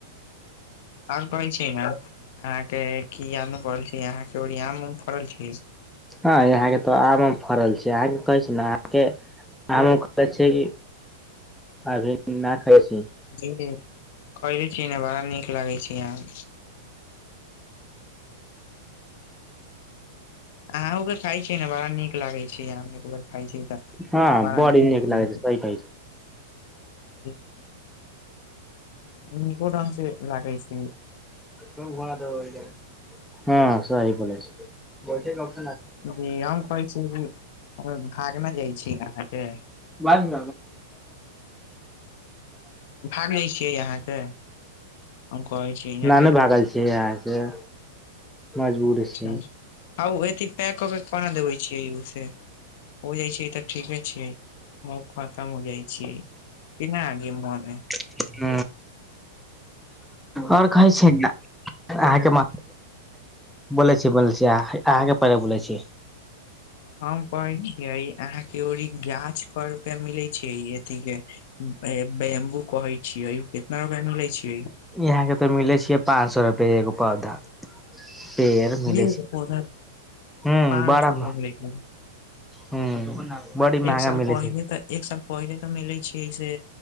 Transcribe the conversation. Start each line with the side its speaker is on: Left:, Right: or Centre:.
Left: आओर कहै छी न अहाँके की यंग पड़ल छी अहाँके ओर आम फड़ल छी
Centre: हँ यहाँ के तऽ आम फड़ल छै अहाँके कहै छी ने अहाँके आम <inaudible> उम खै छै अभी ना खइ ने छी
Left: <unintelligible> कइले छि न बड़ा नीक लागै छि अहां आहूँ के खााय छीयै ने बड़ा नीक लागे छै खइ छै त
Centre: हँ
Left: बारा
Centre: बड़ी
Left: निक
Centre: नीक लागै छै सही कहै
Left: <inaudible> नीको ढंग से लागै छी
Centre: <inaudible> हँ सही कहलै छै
Left: <inaudible> जी हम कहै छी भागने जाइ छी अहाँके
Centre: बाज <inaudible>
Left: भागै छियै यहाँ के हम कहै छी इहाँ
Centre: नानू
Left: के
Centre: भागल छियै यहाँ से मजबूरी
Left: <inaudible> अच्छा
Centre: छै
Left: ओ अथिन पैक कऽ के कोना देबै छियै ओ से हो जाइ छै तऽ ठीके छै बहु खतम हो जाइ छीयै <inaudible> कि ना गी मोने
Centre: <inaudible> ह और कहै छै ने अहाँके म बोलै छी बोलै छी अहाँके पेहले बोलै छी
Left: हम कहै छियै अहाँके ओरी गाछ पर मिलै छै एथ के बेमबू कहै छियै कितना रुप मे ले छिय
Centre: यहां के तऽ मिले छियै पाँच सए रुपए एगो पौधा पेर मिल
Left: एक
Centre: छै
Left: पौधा
Centre: हूँ
Left: पाँच
Centre: बारामे
Left: सौ रुपआ मिलै छै
Centre: ह बड़ी महंगा
Left: एक साल
Centre: मिलै
Left: पहिले
Centre: छै
Left: तऽ एक साल पहले तऽ मिले छै से